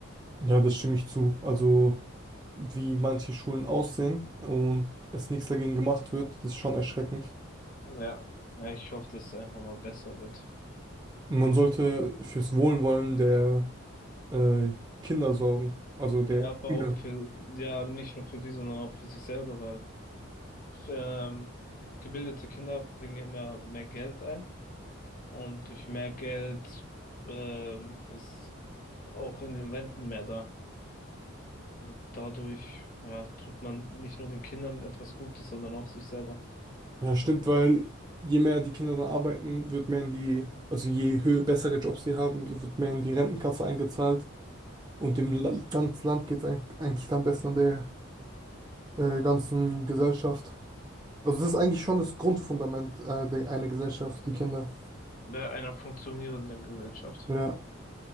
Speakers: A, on the right (about 20°); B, on the left (about 40°).
A: Ja, das stimme ich zu. Also, wie manche Schulen aussehen und es nichts dagegen gemacht wird, das ist schon erschreckend.
B: Ja, na, ich hoffe, dass es einfach mal besser wird.
A: Und man sollte fürs Wohlwollen der äh, Kinder sorgen, also der
B: Ja, aber
A: Schüler.
B: auch für, ja, nicht nur für die, sondern auch für sich selber, weil ähm, gebildete Kinder bringen immer mehr Geld ein und durch mehr Geld ähm, ist auch in den Renten mehr da. Und dadurch, ja, tut man nicht nur den Kindern etwas Gutes, sondern auch sich selber.
A: Ja, stimmt, weil je mehr die Kinder dann arbeiten, wird mehr in die, also je höher, bessere Jobs sie haben, wird mehr in die Rentenkasse eingezahlt. Und dem La ganzen Land geht es eigentlich dann besser. Der äh, ganzen Gesellschaft. Also das ist eigentlich schon das Grundfundament äh, der, einer Gesellschaft, die Kinder.
B: Bei einer funktionierenden Gesellschaft.
A: Ja.